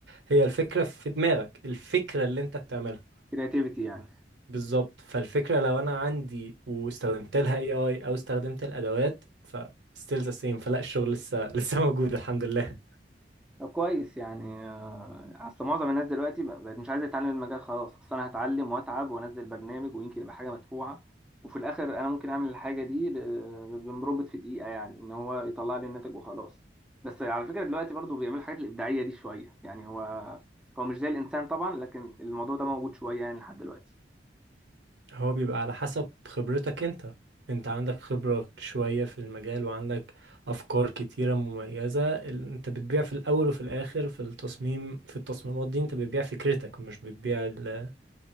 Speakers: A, on the right; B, in the centre.
A: هي الفكرة في دماغك الفكرة اللي أنت بتعملها
B: كرياتيفيتي يعني
A: بالظبط فالفكرة لو أنا عندي واستخدمت لها AI أو استخدمت الأدوات ف still the same فلا الشغل لسه لسه موجود الحمد لله
B: كويس يعني آه، اصل معظم الناس دلوقتي بق- بقت مش عايزه تتعلم المجال خلاص اصل انا هتعلم واتعب وانزل برنامج ويمكن يبقى حاجه مدفوعه وفي الاخر انا ممكن اعمل الحاجه دي ب- ب- بمربط في دقيقه يعني ان هو يطلع لي الناتج وخلاص بس على فكره دلوقتي برضو بيعمل الحاجات الابداعيه دي شويه يعني هو هو مش زي الانسان طبعا لكن الموضوع ده موجود شويه يعني لحد دلوقتي
A: هو بيبقى على حسب خبرتك انت انت عندك خبرة شوية في المجال وعندك افكار كتيرة مميزة ال- انت بتبيع في الاول وفي الاخر في التصميم في التصميمات دي انت بتبيع فكرتك مش بتبيع ال-